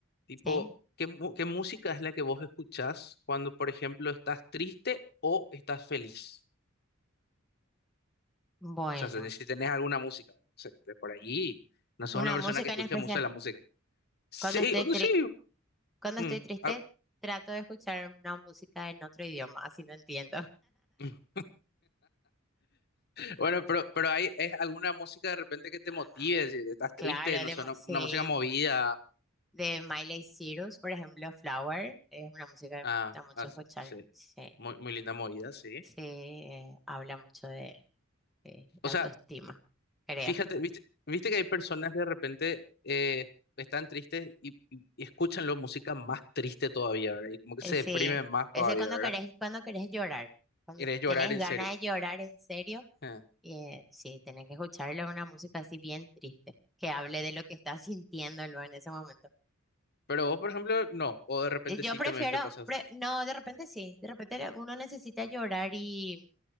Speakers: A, on the left; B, in the centre.
A: tipo,
B: Sí.
A: ¿qué, mu- qué música es la que vos escuchás cuando, por ejemplo, estás triste o estás feliz?
B: Bueno,
A: O sea, si si tenés alguna música, no sé, de por allí, no sos
B: una
A: una persona
B: música
A: que escuche
B: en especial.
A: mucho la música. Sí,
B: Cuando estoy
A: no
B: tri-
A: sí.
B: cuando
A: mm,
B: estoy triste,
A: al-
B: trato de escuchar una música en otro idioma, así no entiendo.
A: <laughs> Bueno, pero, pero hay, es alguna música de repente que te
B: <laughs>
A: motive, si estás
B: Claro,
A: triste, no
B: de,
A: sé,
B: ma-
A: una,
B: sí,
A: una música movida,
B: de Miley Cyrus, por ejemplo, Flower, es una música
A: ah,
B: que me gusta mucho
A: ah,
B: escuchar.
A: sí,
B: Sí,
A: muy, muy linda movida, sí.
B: sí, eh, habla mucho de, de la
A: O sea,
B: autoestima, creo.
A: fíjate, viste, viste que hay personas que de repente eh, están tristes y, y, y escuchan la música más triste todavía, ¿verdad? Y como que
B: Eh,
A: se
B: Sí,
A: deprimen más
B: ese
A: todavía,
B: cuando
A: ¿verdad?
B: querés, cuando querés llorar, cuando
A: Quieres llorar
B: tenés
A: en
B: ganas
A: serio.
B: de llorar en serio,
A: Ah.
B: eh, sí, tenés que escucharle una música así bien triste, que hable de lo que estás sintiendo luego en ese momento.
A: Pero vos, por ejemplo, no. O de repente
B: Eh, Yo
A: sí
B: prefiero,
A: también te pasas.
B: pre- no, de repente sí, de repente le- uno necesita llorar y,